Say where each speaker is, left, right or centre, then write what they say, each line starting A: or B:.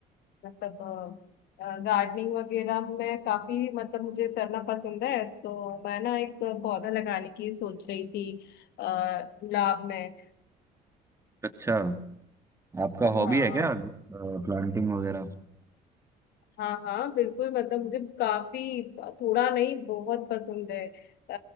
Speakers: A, on the left; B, on the right.
A: मतलब गार्डनिंग वगैरह में काफी मतलब मुझे करना पसंद है तो मैं ना एक पौधा लगाने की सोच रही थी अ, गुलाब में
B: अच्छा आपका
A: हाँ
B: हॉबी है क्या प्लांटिंग वगैरह
A: हाँ हाँ बिल्कुल मतलब मुझे काफी थोड़ा नहीं बहुत पसंद है अ,